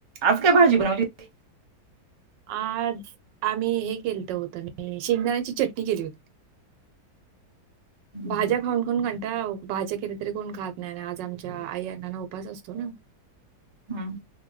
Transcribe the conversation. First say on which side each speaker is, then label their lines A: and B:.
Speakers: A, on the right; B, on the right.
A: आज काय भाजी बनवली होती?
B: आज आम्ही हे- केल तर होत आणि शेंगदाण्याची चटणी केली होती.
A: हम्म
B: भाज्या खाऊन, खाऊन कंटाळा आलाओ, भाज्या केल्या तरी कोण खात नाही आज आम- च्या आई अन्ना ला उपवास असतो ना.
A: हम्म.